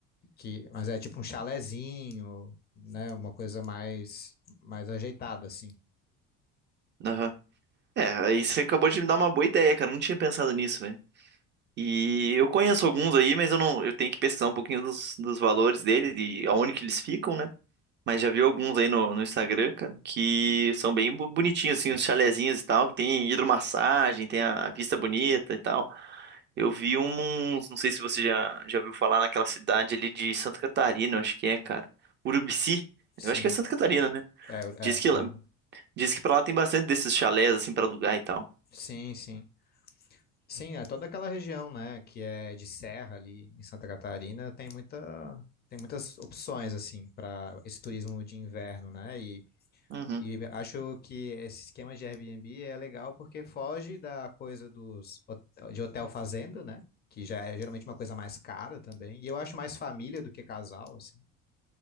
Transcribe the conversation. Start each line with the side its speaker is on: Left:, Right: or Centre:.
Left: que, mas é tipo um chalezinho, né, uma coisa mais mais ajeitada, assim.
Right: aham. É, aí você acabou de me dar uma boa ideia, cara. Eu não tinha pensado nisso, E eu conheço alguns aí, mas eu não, eu tenho que pesquisar um pouquinho dos, dos valores dele e aonde que eles ficam, né? Mas já vi alguns aí no, no Instagram, cara, que são bem bo- bonitinhos, assim, os chalezinhos e tal, que tem hidromassagem, tem a, a vista bonita e tal. Eu vi uns, não sei se você já, já ouviu falar naquela cidade ali de Santa Catarina, eu acho que é, cara. Urubici,
Left: Sim,
Right: eu acho que é Santa Catarina, né?
Left: é,
Right: Diz
Left: é,
Right: que, lá-
Left: aham.
Right: diz que pra lá tem bastante desses chalés, assim, pra alugar e tal.
Left: Sim, sim. Sim, é toda aquela região, né, que é de serra ali em Santa Catarina, tem muita, tem muitas opções assim para esse turismo de inverno, né? E,
Right: Uhum.
Left: e acho que esse esquema de Airbnb é legal porque foge da coisa dos hot- de hotel fazenda, né? Que já é geralmente uma coisa mais cara também. E eu acho mais família do que casal, assim.